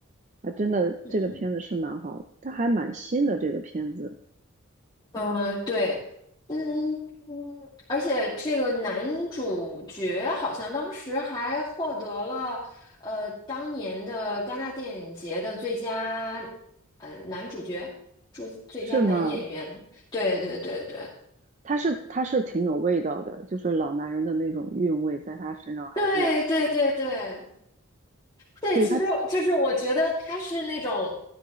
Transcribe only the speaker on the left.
嗯。
呃，对，嗯，而且这个男主角好像当时还获得了呃当年的戛纳电影节的最佳呃男主角，主最佳男演员。
对对对对
对对对对对，
其实就是我觉得他是那种